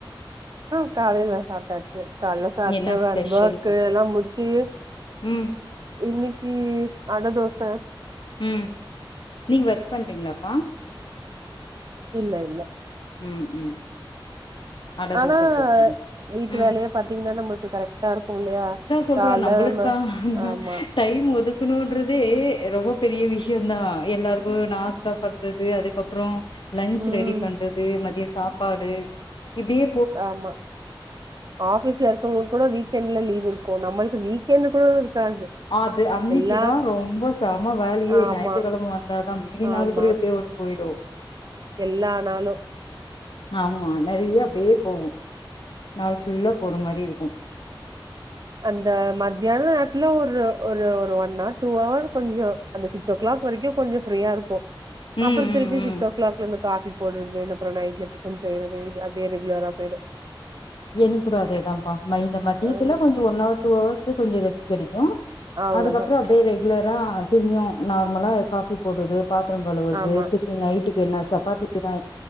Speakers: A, on the right; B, on the left.
A: ஆ காலைல சாப்ட்டாச்சு காலைல சாப்ட்டு
B: என்ன ஸ்பெஷல்
A: ஒர்க்கு
B: பண்
A: எல்லா முடிச்சி
B: ம்
A: இன்னைக்கி அட தோச
B: ம் நீங் ஒர்க் பண்றீங்களாப்பா
A: இல்ல இல்ல
B: ம் ம் அட
A: ஆனா
B: தோச போட்டீங்க
A: வீட்டு
B: ம்
A: வேலயே பாத்தீங்கனா நம்ளுக்கு கரெக்டாருக்கு இல்லையா
B: சொல்றன்
A: கால்ல
B: நம்மளுக்கான
A: நம்ம ஆமா
B: டைம் ஒதுக்கணும்ன்றதே ரொம்ப பெரிய விஷயந்தா எல்லாருக்கு நாஸ்டா பண்றது அதுக்கப்றோ லன்ச்
A: ம்
B: ரெடி பண்றது மதிய சாப்பாடு இப்டியே
A: ஆமா ஆபீஸ்ல இருக்கவங்க கூட வீக்கெண்ட்ல லீவ் இருக்கு நம்மளுக் வீக் கென்டு கூட இருக்காது
B: அது அன்னைக்குதா
A: எல்லா
B: ரொம்ப செம வேலயே
A: ஆமா
B: ஞாயித்துகெழம வந்தாதா மீதினாள்
A: ஆமா
B: கூட எப்டியோ போயிடு
A: எல்லா நாளு
B: ஆமா நெறைய அப்டியே போவு நாள் ஃபுல்லா போற மாரி இருக்கு
A: அந்த மத்தியான நேரத்துல ஒரு ஒரு ஒரு ஒன்னார் டூ அவர் கொஞ்சோ அந்த சிக்ஸ் ஓ கிளாக் வரைக்கு கொஞ்ச ஃப்ரீயா இருக்கு
B: ம்
A: அப்றோ
B: ம்
A: திருப்பி
B: ம்
A: சிக்ஸ் ஓ கிளாக்லிருந்து காபி போட்றது அப்றம் நைட்ல டிபன் செய்றது அப்டியே ரெகுலரா போய்டு
B: எனக்கூட அதேதாம்ப்பா ம இந்த மதியத்துல
A: ஆமா
B: கொஞ்ச ஒன்னவர் டூ அவர்ஸு கொஞ்ச ரெஸ்ட் கெடைக்கு
A: அவ்ளோதா
B: அதுக்கப்றோ அப்டியே ரெகுலரா திரும்பியு நார்மலா காஃபி போட்றது பாத்ரோ கழுவுறது
A: ஆமா
B: திருப்பி நைட்டுக்கு என்ன சப்பாத்திதானே